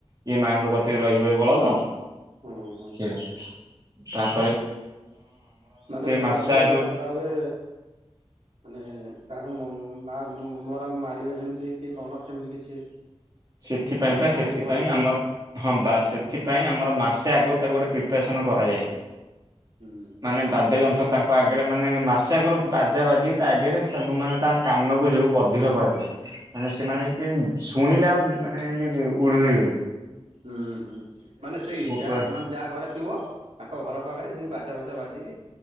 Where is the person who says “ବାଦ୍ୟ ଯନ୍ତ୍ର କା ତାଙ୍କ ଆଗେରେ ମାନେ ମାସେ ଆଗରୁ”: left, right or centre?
Right